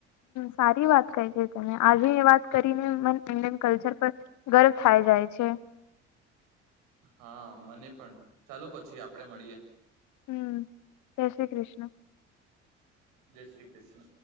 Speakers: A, on the left (about 55°); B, on the right (about 65°).
A: સારી વાત કહે છે તને આજે એ વાત કરીને મને ઈન્ડિયન કલ્ચર પર ગર્વ થાય જાય છે
B: હા મને પણ ચાલો પછી આપડે મળીએ
A: હમ જય શ્રી કૃષ્ણ
B: જય શ્રી કૃષ્ણ